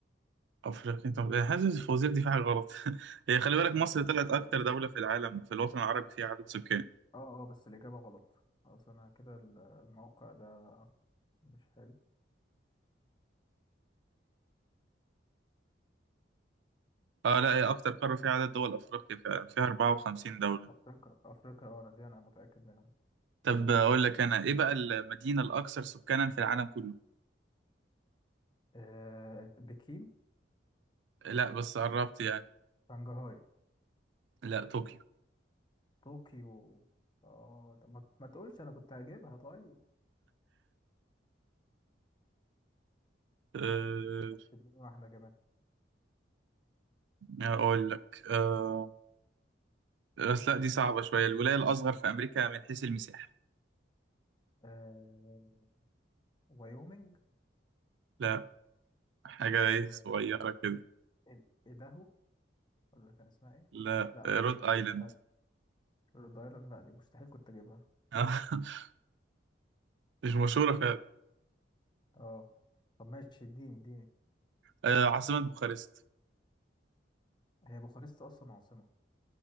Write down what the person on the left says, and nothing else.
لا
أفريقيا
اه اه بس الإجابة غلط أصل أنا كده ال- الموقع ده مش حلو
أفريقيا أفريقيا اه أنا دي أنا متأكد منها
آه بكين
شنغهاي
طوكيو اه طب ما ما تقولش انا كنت هجيبها طيب
ماشي اديني واحدة كمان
آه وايومنج
آه
إد- ايداهو ولا كان اسمها ايه؟
لا
استنى رhode ايلاند لا دي مستحيل كنت اجيبها
اه طب ماشي اديني اديني
هي بوخارست اصلا عاصمة